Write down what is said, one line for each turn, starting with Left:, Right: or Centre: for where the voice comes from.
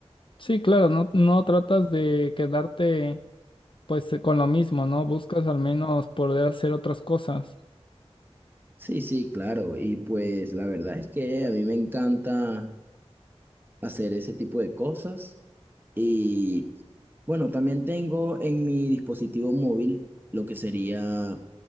Left: sí, claro, no, no tratas de quedarte pues eh, con lo mismo, ¿no? Buscas al menos poder hacer otras cosas.
Right: Sí, sí, claro. Y pues la verdad es que a mí me encanta hacer ese tipo de cosas. Y bueno, también tengo en mi dispositivo móvil lo que sería